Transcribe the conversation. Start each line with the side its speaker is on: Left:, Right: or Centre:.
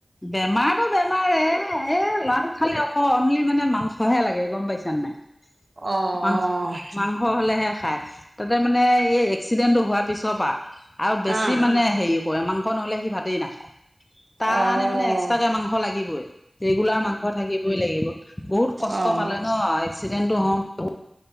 Left: বেমাৰটো বেমাৰেই এ এ ল'ৰাটো খালি অক অনলি মানে মাংসহে লাগে গম পাইছানে নাই।
Right: অ'
Left: মাংস মাংস হলেহে খায় তাতে মানে এই এক্সিডেণ্টটো হোৱাৰ পিছৰ পৰা আৰু বেছি
Right: অ'
Left: মানে হেৰি কৰে মাং মাংস নহ'লে সি ভাতেই নাখায়। তাৰ
Right: অ'
Left: কাৰণে মানে এক্সট্ৰাকে মাংস লাগিবই। ৰেগুলাৰ মাংস থাকিবই লাগিব। বহুত কষ্ট
Right: অ'
Left: পালে ন এক্সিডেণ্টটো হওঁ বহু